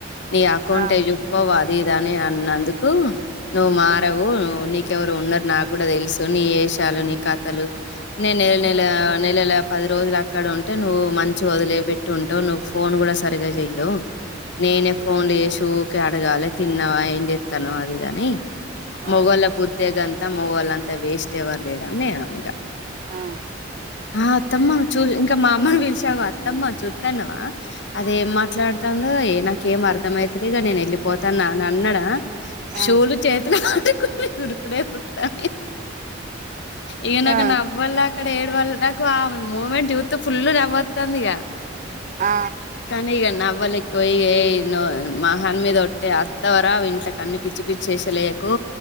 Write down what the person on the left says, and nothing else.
నీ అకౌంట్
ఏ చెప్పవు అది ఇది అన్నందుకు నువ్వు మారవు
నీ నీకు ఎవరో ఉన్నారు నాకు కూడా తెలుసు నీ వేషాలు నీ కథలు నేను నెల నెల నెలల పది రోజులు అక్కడ ఉంటే నువ్వు మంచి వదిలే పెట్టి ఉ అంటావ్ నువ్వు ఫోన్ కూడా సరిగగా చెయ్యవు నేనే
ఫోన్ లు చేసి ఊకె అడగాలి తిన్నావా ఏం చేతనవ్ అది ఇది అని
మొగల బుద్దే గంత మొగోళ్ళు అంత వేస్ట్ ఎవరు లేరని నేను అన్న ఇగ
ఆ అత్తమ్మ చూ ఇంకా మా అమ్మని పిలిచి అగో అత్తమ్మ చూస్తాన్నావా అది ఏం మాట్లాడుతాందో ఏ నాకేం అర్థమైతే లే ఇగ నేను వెళ్ళిపోతానా అని అన్నాడా
షూలు చేతులా ఊరుకుడే ఉరుకుతాండు ఈగ నాకు
నవ్వాలా అక్కడ ఏడు వాళ్ళ నాకు ఆ మూమెంట్ చూతే ఫుల్ నవ్వొత్తాంది ఇగ
కాని ఇగ నావు అవలకి పోయ ఐ ను మహాన్ మీద ఒట్టే వస్తావా రావా ఇంట్లోకి అన్ని పిచ్చి పిచ్చి వేషాలయ్యకు